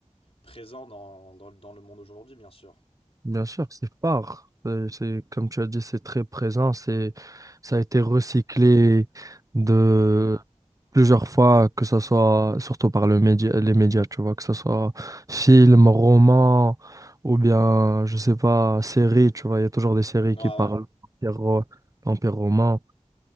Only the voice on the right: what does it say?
Bien sûr, c'est fort. Euh, C'est, comme tu as dit, c'est très présent. C'est, ça a été recyclé de
plusieurs fois, que ce soit surtout par le média, les médias, tu vois, que ce soit film, roman ou bien, je sais pas, série, tu vois, il y a toujours des séries
qui parlent
de l'Empire ro- l'Empire romain,